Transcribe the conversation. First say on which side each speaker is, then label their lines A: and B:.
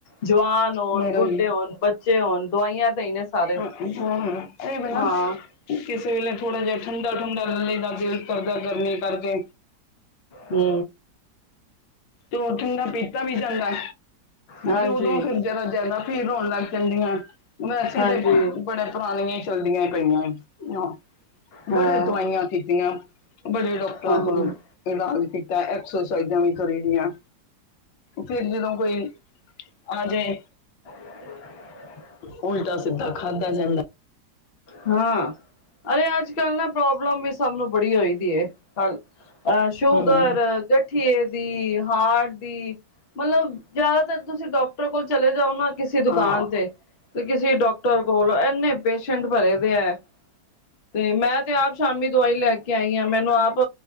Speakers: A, on the left; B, on the left.
A: ਜਵਾਨ ਹੋਣ
B: ਮੇਰਾ
A: ਬੁੱਢੇ ਹੋਣ ਬੱਚੇ ਹੋਣ ਦਵਾਈਆਂ। ਤੇ ਹੀ ਨੇ ਸਾਰੇ
B: ਹੂੰ-ਹੂੰ, ਇਹਵੇ ਨਾ
A: ਹਾਂ
B: ਕਿਸੇ ਵੇਲੇ ਥੋੜਾ ਜਿਹਾ। ਠੰਡਾ ਠੁੰਡਾ ਲਲੇ ਦਾ ਦਿਲ ਕਰਦਾ ਗਰਮੀ ਕਰਕੇ,
A: ਹੂੰ,
B: ਤੇ ਉਠਣ ਦਾ ਪੀਤਾ ਵੀ ਜਾਂਦਾ
A: ਹਾਂਜੀ
B: ਤੇ ਉਦੋਂ ਫਿਰ ਜੜ ਜ਼ਿਆਦਾ, ਫ ਰੋਣ ਲੱਗ ਜਾਂਦੀਆਂ ਵੈਸੇ
A: ਹਾਂਜੀ
B: ਤੇ ਬੜੇ ਪੁਰਾਣੀਆਂ, ਚਲਦੀਆਂ ਪਈਆਂ ਐ।
A: ਹਾਂ
B: ਬੜੇ ਦਵਾਈਆਂ ਕੀਤੀਆਂ ਬੜੇ ਡਾਕਟਰਾਂ
A: ਹਾਂ
B: ਕੋਲ ਇਲਾਜ ਕੀਤਾ ਐਕਸ ਵੀ ਕਰੀ ਦੀਆਂ ਫਿਰ ਜਦੋਂ ਕੋਈ ਆ ਜਾਏ।
A: <inaudible>
B: ਉਲਟਾ ਸਿੱਧਾ ਖਾਧਾ ਜਾਂਦਾ।
A: ਹਾਂ ਅਰੇ ਅੱਜ ਕੱਲ ਨਾ ਪ੍ਰੋਬਲਮ ਵੀ ਸਭ ਨੂੰ ਬੜੀ ਹੋਈ ਦੀ ਹੈ। ਅਹ ਸ਼ੂਗਰ
B: ਹਮ
A: ਗਠੀਏ ਦੀ ਹਾਰਟ ਦੀ, ਮਤਲਬ ਜਿਆਦਾਤਰ ਤੁਸੀਂ ਡਾਕਟਰ ਕੋਲ ਚਲੇ ਜਾਓ ਨਾ ਕਿਸੇ ਦੁਕਾਨ
B: ਹਾਂ
A: ਤੇ, ਤੇ ਕਿਸੇ ਡਾਕਟਰ ਕੋਲ ਇਨੇ ਪੇਸ਼ੈਂਟ ਭਰੇ ਦੇ ਹੈ। ਤੇ ਮੈਂ ਤੇ ਆਪ ਸ਼ਾਮੀ ਦਵਾਈ ਲੈ ਕੇ ਆਈ ਆਾਂ ਮੈਨੂੰ ਆਪ